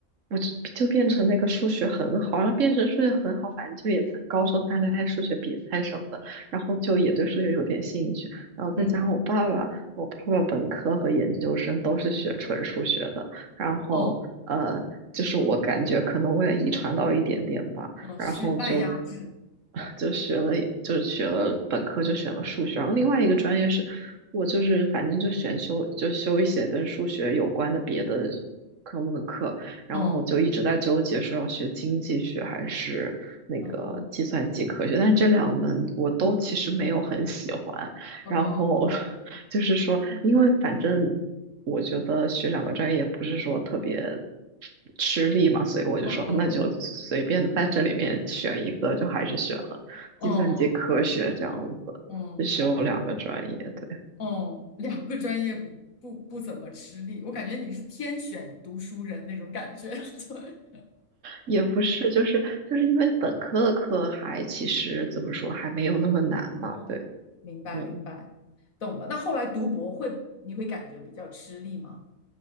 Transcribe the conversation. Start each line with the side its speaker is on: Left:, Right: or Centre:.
Right: 我就就变成那个数学很好，然后变成数学很好，反正就也在高中参加数学比赛什么的，然后就也对数学有点兴趣，然后再加上我爸爸，
Left: 嗯。
Right: 我爸爸本科和研究生都是学纯数学的，然后呃，
Left: 哦。
Right: 就是我感觉可能我也遗传到一点点吧。
Left: 嗯，
Right: 然后就
Left: 血脉压制，
Right: 就学了，就学了本科就选了数学，然后另外一个专业是我就是反正就选修就修一些跟数学有关的别的科目的课，然后就一直在纠结说要学经济学还是那个计算机科学，
Left: 嗯哦，
Right: 但是这两门我都其实没有很喜欢，
Left: 嗯
Right: 然后 <laughs> 就是说，因为反正我觉得学两个专业也不是说特别吃力嘛，所以我就说那就随便在这里面选一个，
Left: 嗯嗯嗯
Right: 就还是选了计算机科学这样子，
Left: 嗯嗯嗯，
Right: 就修两个专业。对，
Left: 哦两个专业不不不怎么吃力，我感觉你是天选读书人那种感觉，<laughs> 对，
Right: 也不是，就是就是因为本科的课还其实怎么说还没有那么难嘛，
Left: 嗯。
Right: 对，
Left: 明白明白，
Right: 嗯。
Left: 懂了。那后来读博会，你会感觉比较吃力吗？